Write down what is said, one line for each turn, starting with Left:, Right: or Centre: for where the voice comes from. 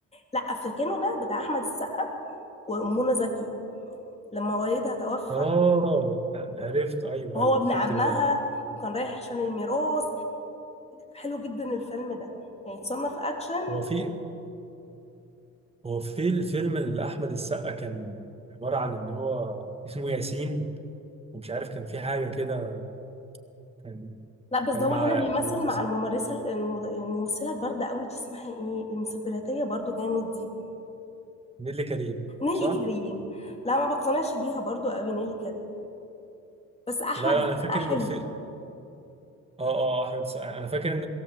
Left: لا افريكانو ده بتاع احمد السقا ومنى زكي لما والدها توفى
Right: آه عرفت أيوه
Left: وهو
Right: أيوه
Left: ابن
Right: خدت
Left: عمها
Right: بالي
Left: وكان رايح عشان الميراث حلو جدا الفيلم ده يعني تصنف اكشن
Right: هو في هو في الفيلم اللي أحمد السقا كان عبارة عن إن هو اسمه ياسين ومش عارف كان في حاجة كده كان
Left: لا بس
Right: كان
Left: ده هو
Right: مع
Left: هنا بيمثل مع
Right: بس-
Left: الممارسه المد- الممثله البارده قوي دي اسمها ايه المسبلاتيه برضو جامد دي
Right: نيللي كريم
Left: نيلي
Right: صح؟
Left: كريم لا ما بقتنعش بيها برضو قوي نيلي كريم بس احمد
Right: لا لا
Left: السقا
Right: أنا فاكر إن
Left: حلو
Right: الفيلم آه آه أحمد السقا أنا فاكر إن